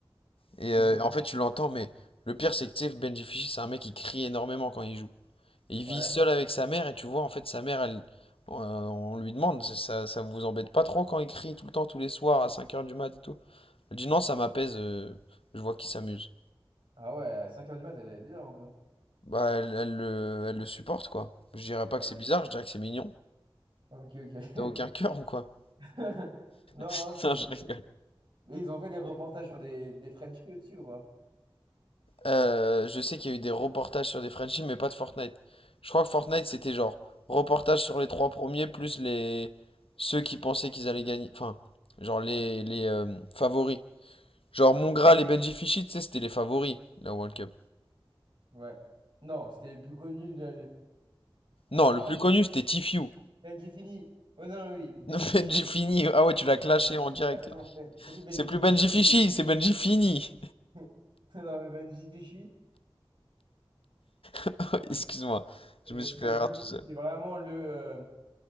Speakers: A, on the right (about 60°); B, on the left (about 80°).
A: Ok,
B: Et euh, en fait, tu l'entends, mais le pire, c'est que tu sais, Benji Fischer, c'est un mec qui crie énormément quand il joue. Et il
A: ouais.
B: vit seul avec sa mère, et tu vois, en fait, sa mère, elle, euh, on lui demande, ça, ça vous embête pas trop quand il crie tout le temps, tous les soirs, à cinq heures du mat et tout. Elle dit non, ça m'apaise, euh, je vois qu'il s'amuse.
A: Ah ouais, 5 heures du mat, elle est bizarre un peu.
B: Bah, elle, elle le elle le supporte, quoi. Je dirais pas
A: Ouais,
B: que c'est bizarre, je dirais que c'est mignon.
A: ok, ok.
B: T'as aucun cœur ou quoi?
A: <laughs> Non,
B: <laughs>
A: non,
B: Non,
A: je suis
B: je
A: désolé.
B: rigole.
A: Mais ils ont fait des reportages sur des, des Frenchies aussi ou pas?
B: Euh, je sais qu'il y a eu des reportages sur des Frenchies, mais pas de Fortnite. Je crois que Fortnite, c'était genre reportage sur les trois premiers, plus les ceux qui pensaient qu'ils allaient gagner. Enfin, genre les, les euh, favoris. Genre Mongrel et Benji Fichy, tu sais, c'était les favoris, la World Cup.
A: Ouais. Non, c'était les plus connus. de- le-
B: Non,
A: Ah,
B: le plus connu, c'était Tifiu.
A: Benji Fini. Ouais, non, non, oui,
B: <laughs>
A: Benji
B: Benji
A: Fishy.
B: Fini. Ah ouais, tu l'as clashé
A: Ouais,
B: en direct.
A: t'as raison,
B: là.
A: Ben- surtout Benji
B: C'est plus
A: Fishy.
B: Benji Fichy, c'est Benji Fini.
A: <laughs> Non, mais Benji Fishy,
B: <laughs> Excuse-moi,
A: t'inquiète,
B: je me suis
A: Benji
B: fait rire tout
A: Fishy,
B: seul.
A: c'est vraiment le, euh,